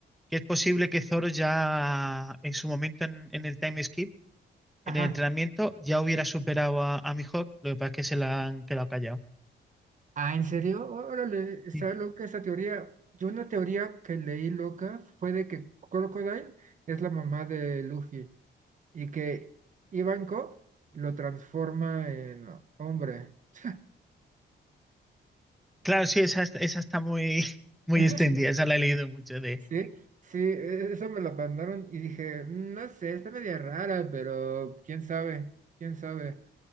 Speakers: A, in the centre; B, on the right.
A: que es posible que Zoro ya en su momento en, en el time skip,
B: Ajá.
A: en el entrenamiento, ya hubiera superado a, a Mihawk, lo que pasa es que se la han quedado callado.
B: Ah, ¿en serio? Órale, está
A: Sí.
B: loca esa teoría. Yo una teoría que leí loca fue de que Crocodile es la mamá de Luffy y que Ivankov lo transforma en hombre. <laughs>
A: Claro, sí, esa, esa está muy, <laughs> muy
B: <laughs>
A: extendida,
B: Sí,
A: esa la he leído mucho
B: sí, sí, e- esa me la mandaron y dije, "Mm, no sé, está media rara, pero quién sabe, quién sabe.